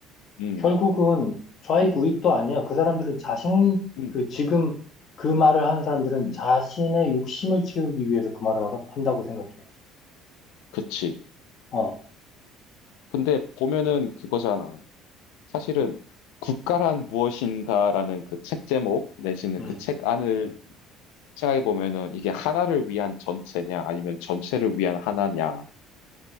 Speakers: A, on the left (about 80°); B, on the left (about 55°).
A: 음, 음,
B: 결국은 좌익 우익도 아니야. 그 사람들은 자신,
A: 음.
B: 그 지금 그 말을 하는 사람들은
A: 음.
B: 자신의 욕심을 채우기 위해서 그 말을 하- 한다고 생각해.
A: 그치.
B: 어,
A: 근데 보면은 그거잖아. 사실은 국가란 무엇인가라는 그 책 제목 내지는
B: 음,
A: 그 책 안을 생각해 보면은 이게 하나를 위한 전체냐 아니면 전체를 위한 하나냐로